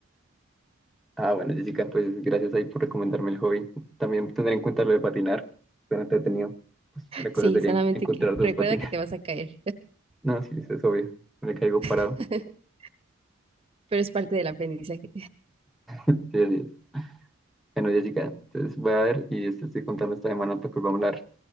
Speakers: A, in the centre; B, on the right.
A: Ah, bueno, Jessica, pues gracias ahí por recomendarme el hobby. También tendré en cuenta lo de patinar. Suena entretenido. Pues la cosa
B: sí,
A: sería
B: solamente
A: en- encontrar
B: que
A: dos
B: recuerda
A: patines.
B: que te
A: <laughs>
B: vas a caer,
A: No, sí, eso es obvio. Me caigo parado.
B: <laughs> pero es parte del aprendizaje.
A: Sí, sí. Bueno, Jessica, entonces voy a ver y este estoy contando esta semana para que volvamos a hablar.